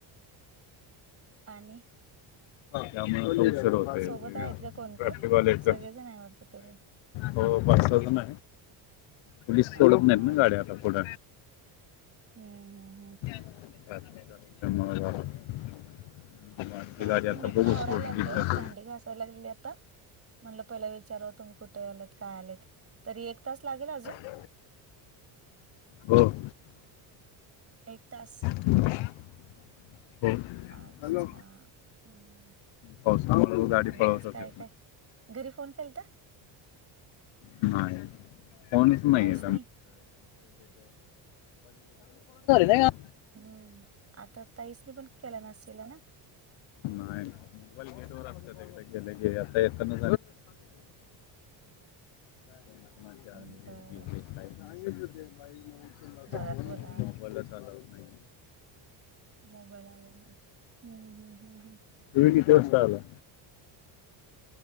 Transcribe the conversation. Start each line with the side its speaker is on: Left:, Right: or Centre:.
Right: आणि
Left: त्यामुळे रोड शरत
Right: सोबत आहेत का कोण
Left: ट्रॅफिकवालेच
Right: कोण सगळेजण आहे वाटत तुम्ही
Left: हो बसलो होतो न पोलीस
Right: हा
Left: सोडत नाहीत
Right: हा
Left: ना
Right: हा
Left: गाड्या आता पुढ
Right: हम्म हम्
Left: <inaudible> वाटते
Right: चालतय
Left: गाडी आता
Right: मी पण
Left: बघू
Right: आवरायला
Left: सोडली
Right: लागले
Left: तर
Right: भांडी घासायला लागली आता म्हणलं पहिला विचारव तुम्ही कुठे आलेत काय आलेत तरी एक तास लागेल अजून?
Left: <inaudible> हो.
Right: एक तास,
Left: <unintelligible>
Right: अच्छा
Left: हॅलो,
Right: हम्म
Left: पावसा गाडी
Right: आणि
Left: पळवतात,
Right: आज काय काय घरी फोन केलता
Left: <inaudible> <inaudible> ह, कोणीच नाही
Right: आईसनी
Left: य आ <unintelligible>
Right: हम्म आता ताईसनी पण केला नसेल ना,
Left: नायन, <unintelligible> आता येताना, कोण कोणाचे आले
Right: ह् बर
Left: <unintelligible>
Right: जरात
Left: फोन
Right: बोला, <inaudible>
Left: मोबाईलच आला नाही
Right: मोबाईल, <unintelligible>
Left: <unintelligible> आला,